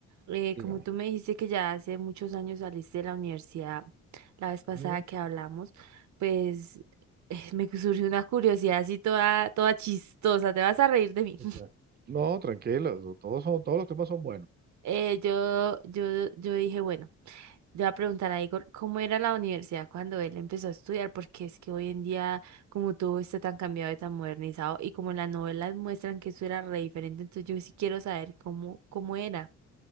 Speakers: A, on the right; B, on the right.
A: Eh,
B: dígame.
A: como tú me dijiste que ya hace muchos años saliste de la universidad, la vez pasada
B: Ujú,
A: que hablamos, pues eh, me surgió una curiosidad así toda, toda chistosa, te vas a reír de mí.
B: ok. No, tranquila, to- todos son, todos los temas son buenos,
A: Eh, yo, yo, yo dije, bueno, yo voy a preguntar a Igor cómo era la universidad cuando él empezó a estudiar, porque es que hoy en día, como todo está tan cambiado y tan modernizado, y como en las novelas muestran que eso era re diferente, entonces yo sí quiero saber cómo, cómo era.